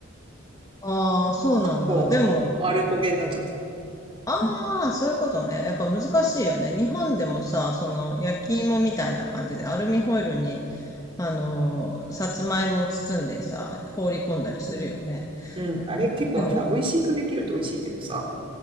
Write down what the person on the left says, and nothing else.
ああ、そうなんだ。
でも、
ああ、そういうことね。やっぱ難しいよね。日本でもさ、その焼き芋みたいな感じでアルミホイルにあの、さつまいも包んでさ、放り込んだりするよね。
でも、